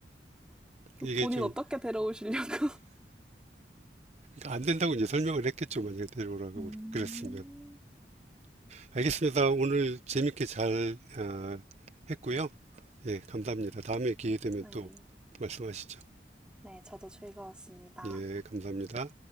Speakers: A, in the centre; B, on the right (about 40°).
A: <laughs>
B: 이게
A: 본인
B: 좀
A: 어떻게 데려오시려고?
B: 안 된다고 이제 설명을 했겠죠. 만약에 데려오라고
A: <laughs> 음,
B: 그랬으면. 알겠습니다. 오늘 재밌게 잘 어, 했고요. 예, 감사합니다. 다음에 기회 되면
A: 네.
B: 또 말씀하시죠.
A: 네, 저도 즐거웠습니다.
B: 예, 감사합니다.